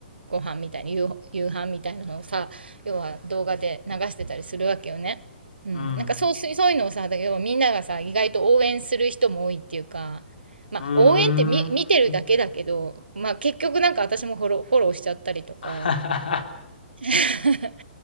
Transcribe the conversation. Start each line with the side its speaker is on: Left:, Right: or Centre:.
Right: ご飯みたいな夕夕飯みたいなのをさ要は動画で流してたりするわけよね。うん、
Left: うん。
Right: なんかそうすそういうのをさだはみんながさ意外と応援する人も多いっていうか、まあ、
Left: うーん。
Right: 応援って見、見てるだけだけど、まあ、結局なんか私もフォロー、フォローしちゃったりとか
Left: <laughs>
Right: <laughs>